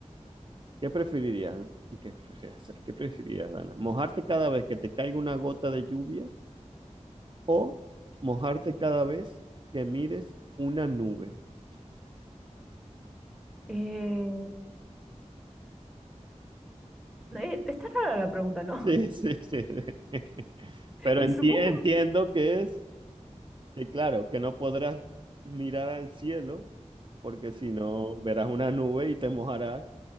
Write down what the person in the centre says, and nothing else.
Eh, eh, está rara la pregunta, ¿no?
<laughs>
Y
supongo,